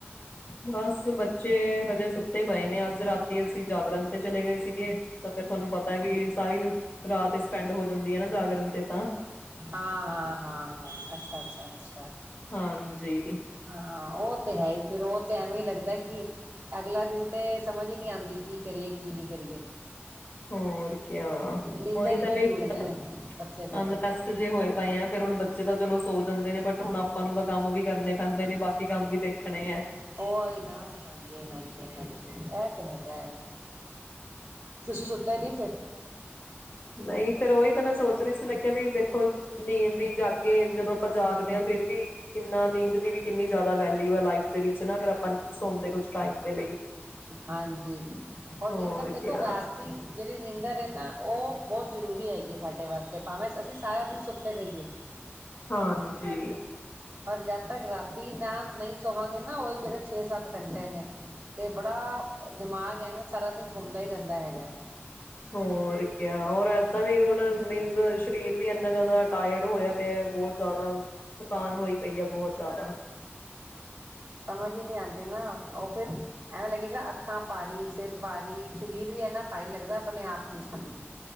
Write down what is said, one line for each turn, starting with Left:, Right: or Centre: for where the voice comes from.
Left: ਬਸ ਬੱਚੇ ਹਜੇ ਸੁੱਤੇ ਪਏ ਨੇ ਅੱਜ ਰਾਤੀ ਅਸੀਂ ਜਾਗਰਣ ਤੇ ਚਲੇ ਗਏ ਸੀਗੇ ਤਾਂ ਫਿਰ ਤੁਹਾਨੂੰ ਪਤਾ ਵੀ ਸਾਰੀ ਰਾਤ ਸਪੈਂਡ ਹੋ ਜਾਂਦੀ ਹੈ ਨਾ ਜਾਗਰਨ ਤੇ ਤਾਂ,
Right: ਹਾਂ ਹਾਂ ਹਾਂ ਹਾਂ ਅੱਛਾ ਅੱਛਾ ਅੱਛਾ,
Left: ਹਾਂਜੀ,
Right: ਹਾਂ ਉਹ ਤੇ ਹੈ ਹੀ ਫਿਰ ਉਹ ਤੇ ਐਵੇਂ ਹੀ ਲੱਗਦਾ ਕਿ ਅਗਲਾ ਦਿਨ ਤੇ ਸਮਝ ਹੀ ਨਹੀਂ ਆਉਂਦੀ ਕੀ ਕਰੀਏ ਕੀ ਨਹੀਂ ਕਰੀਏ।
Left: ਹੋਰ ਕਿਆ
Right: ਨਿੰਦਰ
Left: ਉਹੀ ਤਾਂ
Right: ਹੀ
Left: <unintelligible>
Right: ਚ ਝੂਲਦੇ ਨੇ ਬੱਚੇ ਤੇ ਫਿਰ
Left: ਜੇ ਹੋਏ। ਪਏ ਆ ਫੇਰ ਹੁਣ ਬੱਚੇ ਤਾਂ ਚਲੋ ਸੋ ਜਾਂਦੇ ਨੇ ਬਟ ਹੁਣ ਆਪਾਂ ਨੂੰ ਤਾਂ ਕੰਮ ਵੀ ਕਰਨੇ ਪੈਂਦੇ ਨੇ ਬਾਕੀ ਕੰਮ ਵੀ ਦੇਖਣੇ ਹੈ।
Right: ਔਈ ਨਾ ਹਾਂਜੀ ਹਾਂਜੀ ਹਾਂਜੀ ਇਹ ਤਾਂ ਹੈਗਾ ਹੈ, ਤੁਸੀਂ ਸੁਤੇ ਹੀ ਨੀ ਫਿਰ,
Left: ਨਹੀਂ, ਫਿਰ ਉਹੀ ਤਾਂ ਮੈਂ ਸੋਚ ਰਹੀ ਸੀ ਮੈਂ ਕਿਹਾ ਵੀ ਦੇਖੋ ਨੀਂਦ ਵੀ ਜਾਗੇ ਜਦੋਂ ਆਪਾਂ ਜਾਗਦੇ ਹਾਂ ਫਿਰ ਵੀ ਕਿੰਨਾ ਨੀਂਦ ਦੀ ਵੀ ਕਿੰਨੀ ਜ਼ਿਆਦਾ ਵੈਲਿਊ ਹੈ, ਲਾਈਫ ਦੇ ਵਿੱਚ ਨਾ ਅਗਰ ਆਪਾਂ ਨਹੀਂ ਸਣਦੇ ਕੁਛ ਟਾਈਮ ਦੇ ਲਈ
Right: ਹਾਂਜੀ ਔ
Left: ਹੋਰ
Right: ਨੀਂਦਰ ਦੇਖੋ
Left: ਕਿਆ
Right: ਰਾਤ ਦੀ ਜਿਹੜੀ ਨੀਂਦਰ ਐ ਨਾ ਉਹ ਬਹੁਤ ਜ਼ਰੂਰੀ ਹੈਗੀ ਹੈ, ਸਾਡੇ ਵਾਸਤੇ ਭਾਵੇਂ ਅਸੀਂ ਸਾਰਾ ਦਿਨ ਸੁੱਤੇ ਰਹੀਏ।
Left: ਹਾਂ ਜੀ,
Right: ਪਰ ਜਦ ਤੱਕ ਰਾਤ ਸੀ, ਨਾ ਨਹੀਂ ਸੋਵਾਂਗੇ ਨਾ ਉਹੀ ਜਿਹੜੇ ਛੇ ਸੱਤ ਘੰਟੇ ਨੇ, ਤੇ ਬੜਾ ਦਿਮਾਗ ਐਵੇੈਂ ਸਾਰਾ ਦਿਨ ਘੁੰਮਦਾ ਹੀ ਰਹਿੰਦਾ ਹੈਗਾ।
Left: ਹੋਰ ਕਿਆ ਹੋਰ ਏਦਾਂ ਵੀ ਹੁਣ ਮੀਨਜ ਸਰੀਰ ਵੀ ਇੰਨਾ ਜ਼ਿਆਦਾ ਟਾਇਰਡ ਹੋਇਆ ਪਿਆ ਬਹੁਤ ਜ਼ਿਆਦਾ ਥਕਾਨ ਹੋਈ ਪਈ ਆ ਬਹੁਤ, ਜ਼ਿਆਦਾ,
Right: ਸਮਝ ਹੀ ਨਹੀਂ ਆਉਂਦੀ ਨਾ ਉਹ ਫਿਰ ਐਵੇਂ ਲੱਗੇਗਾ ਅੱਖਾਂ ਭਾਰੀ ਸਿਰ ਭਾਰੀ ਸਰੀਰ ਵੀ ਹੈ, ਨਾ ਭਾਈ ਲੱਗਦਾ ਆਪਣੇ ਆਪ ਨੂੰ ਸਾਨੂੰ,